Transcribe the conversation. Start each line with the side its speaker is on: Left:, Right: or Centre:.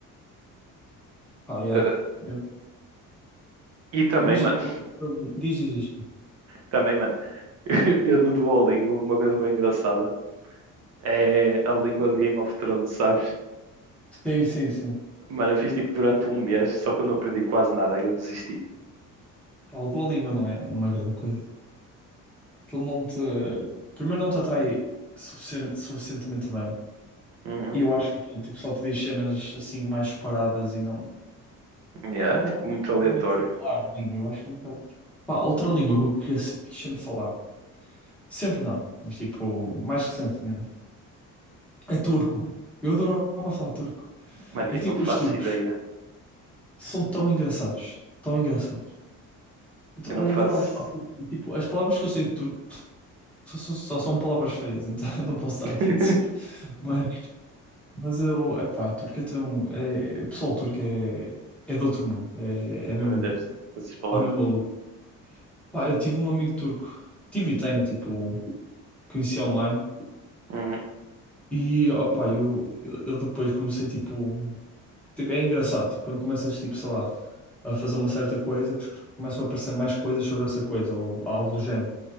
Centre: Pá, yeah.
Right: Eh,
Centre: Eu,
Right: E também,
Centre: eu imagino.
Right: mano,
Centre: eu- eu- Diz, diz, diz.
Right: também, mano, <laughs> eu, eu no Duolingo, uma coisa bem engraçada é a língua de Game of Thrones, sabes?
Centre: Sim, sim, sim.
Right: Mano, eu fiz tipo durante um mês, só que eu não aprendi quase nada, aí eu desisti.
Centre: Pá, a tua língua não é, não é grande coisa. Aquilo não te. Primeiro, não te atrai suficien- suficientemente bem.
Right: Uhum.
Centre: E eu acho que aquilo tipo, só te diz cenas assim mais paradas e não.
Right: Yeah,
Centre: Não
Right: é, tipo, muito
Centre: propriamente
Right: aleatório.
Centre: falar a língua. Eu acho que é um bocado. Pá, outra língua que eu queria se- quis sempre falar. Sempre não, mas tipo, mais recentemente. É turco, mano. Eu adorava falar turco.
Right: Mano,
Centre: É
Right: eu
Centre: que,
Right: não
Centre: tipo,
Right: faço
Centre: os turcos
Right: ideia.
Centre: são tão engraçados. Tão engraçados. Então,
Right: Eu não
Centre: eu
Right: faço.
Centre: adorava falar turco. E, Tipo, as palavras que eu sei de turco só, só- só são palavras feias, então <laughs> eu não posso estar
Right: <laughs>
Centre: aqui a dizer. Mas, mas eu, epá, turco é tão. É, o pessoal turco é, é de outro mundo. É,
Right: Aprendeste
Centre: é mesmo,
Right: essas palavras.
Centre: é mesmo maluco. Pá, eu tive um amigo turco. Tive e tenho, tipo, conheci online.
Right: Uhum.
Centre: E, opá, eu, eu eu depois comecei, tipo. Tipo, é engraçado, tipo, quando começas, tipo, sei lá. a fazer uma certa coisa que começam a aparecer mais coisas sobre essa coisa ou algo do género.